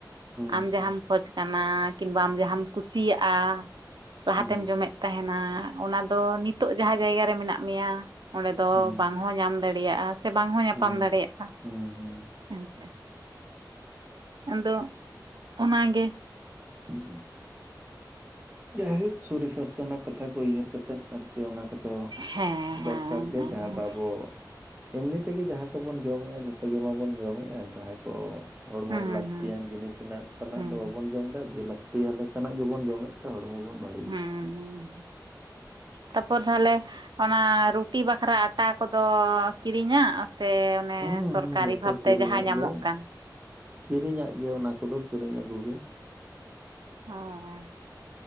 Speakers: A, on the right; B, on the right.
A: ᱦᱩᱸ
B: ᱟᱢ ᱡᱟᱦᱟᱸᱟᱢ ᱠᱷᱚᱡ ᱠᱟᱱᱟ ᱠᱤᱱᱵᱟ ᱟᱢ ᱡᱟᱦᱟᱸᱢ ᱠᱩᱥᱤᱭᱟᱜ-ᱟ ᱞᱟᱦᱟ
A: ᱦᱩᱸ
B: ᱛᱮᱢ ᱡᱚᱢᱮᱫ ᱛᱟᱦᱮᱱᱟ ᱚᱱᱟ ᱫᱚ ᱱᱤᱛᱳᱜ ᱡᱟᱦᱟᱸ ᱡᱟᱭᱜᱟ ᱨᱮ ᱢᱮᱱᱟᱜ ᱢᱮᱭᱟ ᱚᱸᱰᱮ ᱫᱚ
A: ᱦᱩᱸ
B: ᱵᱟᱝ ᱦᱚᱸ ᱧᱟᱢ ᱫᱟᱲᱮᱭᱟᱜ-ᱟ ᱥᱮ ᱵᱟᱝ ᱦᱚᱸ ᱧᱟᱯᱟᱢ
A: ᱦᱩᱸ
B: ᱫᱟᱲᱮᱭᱟᱜ-ᱟ
A: ᱦᱩᱸ ᱦᱩᱸ
B: ᱦᱮᱸᱥᱮ᱾ ᱟᱫᱚ ᱚᱱᱟᱜᱮ
A: ᱩᱸᱢ ᱡᱟᱭᱦᱳᱠ ᱥᱚᱨᱤᱨ ᱥᱟᱥᱛᱚ ᱨᱮᱱᱟᱜ ᱠᱟᱛᱷᱟ ᱠᱚ ᱩᱭᱦᱟᱹᱨ ᱠᱟᱛᱮᱫ᱾ ᱟᱨᱠᱤ ᱚᱱᱟ ᱠᱚᱫᱚ
B: ᱦᱮᱸ ᱦᱮᱸ
A: ᱫᱚᱨᱠᱟᱨ ᱜᱮ
B: ᱦᱮᱸ
A: ᱡᱟᱦᱟᱸ ᱫᱚ ᱟᱵᱚ ᱮᱢᱱᱤ ᱛᱮᱜᱮ ᱡᱟᱦᱟᱸ ᱠᱚᱵᱚᱱ ᱡᱚᱢᱮᱜ-ᱟ ᱡᱷᱚᱛᱚ ᱜᱮ ᱵᱟᱵᱚᱱ ᱡᱚᱢᱮᱜ-ᱟ ᱡᱟᱦᱟᱸ ᱠᱚ ᱦᱚᱲᱢᱚᱨᱮ
B: ᱦᱮᱸ
A: ᱞᱟᱹᱠᱛᱤᱭᱟᱱ ᱡᱤᱱᱤᱥ ᱦᱮᱱᱟᱜ ᱮᱱᱠᱟᱱᱟᱜ
B: ᱦᱮᱸ
A: ᱫᱚ ᱵᱟᱵᱚᱱ ᱡᱚᱢᱫᱟ ᱵᱮ ᱞᱟᱹᱠᱛᱤᱭᱟ ᱞᱮᱠᱟᱱᱟᱜ ᱜᱮᱵᱚᱱ ᱡᱚᱢᱮᱫ ᱦᱚᱲᱢᱚ ᱵᱚᱱ ᱵᱟᱲᱤ
B: ᱦᱩᱸᱻ ᱦᱩᱸ ᱛᱟᱯᱚᱨ ᱛᱟᱦᱞᱮ ᱚᱱᱟ ᱨᱩᱴᱤ ᱵᱟᱠᱷᱨᱟ ᱟᱴᱟ ᱠᱚᱫᱚ ᱠᱤᱨᱤᱧᱟᱜ ᱥᱮᱻ ᱚᱱᱮ
A: ᱦᱩᱸ
B: ᱥᱚᱨᱠᱟᱨᱤ
A: ᱦᱩᱸ ᱡᱷᱚᱛᱚ
B: ᱵᱷᱟᱵᱽᱛᱮ
A: ᱠᱤᱨᱤᱧᱟᱜ
B: ᱡᱟᱦᱟᱸ ᱧᱟᱢᱚᱜ
A: ᱜᱮ
B: ᱠᱟᱱ?
A: ᱠᱤᱨᱤᱧᱟᱜ ᱜᱮ ᱚᱱᱟ ᱠᱚᱫᱚ ᱠᱤᱨᱤᱧ ᱟᱹᱜᱩᱜᱮ᱾
B: ᱚᱸᱻ